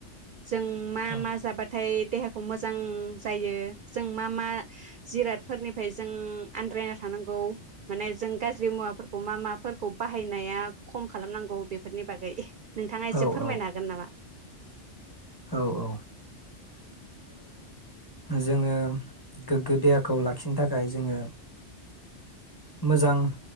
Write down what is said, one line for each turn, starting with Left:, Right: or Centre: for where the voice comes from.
Right: जों मा
Left: औ
Right: मा जाबाथाय देहाखौ मोजां जायो। जों मा मा जिरादफोरनिफ्राय जों आद्रायना थांनांगौ माने जों गाज्रि मुवाफोर अमा मा फोरखौ बाहायनाया खम खालामनांगौ बे बेफोरनि बागै नोंथाङा एसे
Left: औ
Right: फोरमायनो
Left: औ
Right: हागोन नामा? <inaudible>
Left: औ ओ जोङो गोग्गो देहाखौ लाखिनो थाखाय जोङो मोजां